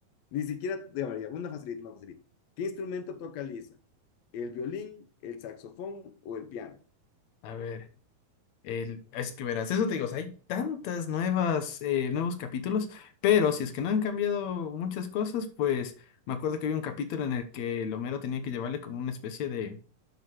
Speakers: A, on the left (about 80°); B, on the left (about 65°).
A: Ni siquiera, a ver, una facilita, una facilita. ¿Qué instrumento toca Lisa? ¿El violín, el saxofón o el piano?
B: A ver, el, es que verás, eso te digo, o sea, hay tantas nuevas, eh, nuevos capítulos, pero si es que no han cambiado muchas cosas, pues me acuerdo que había un capítulo en el que el Homero tenía que llevarle como una especie de